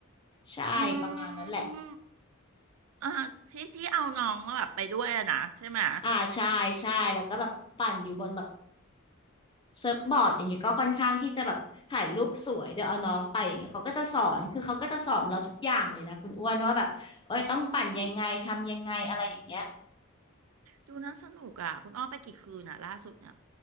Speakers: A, on the left (about 20°); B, on the right (about 75°).
A: ใช่ประมาณนั้นแหละ
B: อืมอ่าที่ที่เอาน้องมาแบบไปด้วยอะนะใช่ไหม
A: อ่าใช่ใช่แล้วก็แบบปั่นอยู่บนแบบ เซิร์ฟบอร์ดอย่างเงี้ยก็ค่อนข้างที่จะแบบถ่ายรูปสวยเดี๋ยวเอาน้องไปอย่างเงี้ยเขาก็จะสอนคือเขาก็จะสอนเราทุกอย่างเลยนะคุณอ้วนว่าแบบเอ้ยต้องปั่นยังไงทำยังไงอะไรอย่างเงี้ย
B: อืมดูน่าสนุกอ่ะคุณอ้อไปกี่คืนอ่ะล่าสุดเนี่ย